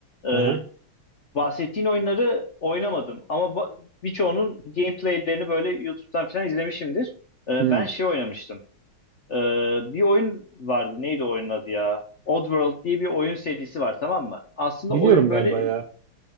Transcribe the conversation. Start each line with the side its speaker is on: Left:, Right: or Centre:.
Left: Ee,
Right: Aha.
Left: bahsettiğin oyunları oynamadım. Ama ba- birçoğunun gameplaylerini böyle YouTube'dan falan izlemişimdir. Ee,
Right: Hmm.
Left: ben şey oynamıştım. Ee, bir oyun vardı. Neydi oyunun adı ya? Oddworld diye bir oyun serisi var tamam mı? Aslında
Right: Biliyorum
Left: oyun
Right: galiba
Left: böyle
Right: ya.